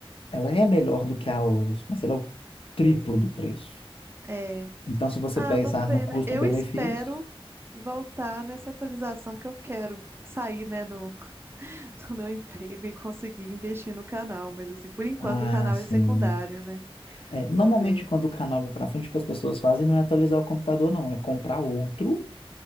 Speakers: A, on the left; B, on the right.
A: Ela é melhor do que a Horus, mas ela é o triplo do preço.
B: É.
A: Então, se você
B: Ah,
A: pensar
B: vamos ver,
A: no custo-benefício,
B: né? Eu espero voltar nessa atualização, porque eu quero sair, né, do, <laughs> do meu emprego e conseguir investir no canal. Mas, assim, por enquanto
A: ah,
B: o canal
A: sim.
B: é secundário, né?
A: É, normalmente,
B: Vamos ver.
A: quando o canal vai para frente, o que as pessoas fazem não é atualizar o computador, não. É comprar outro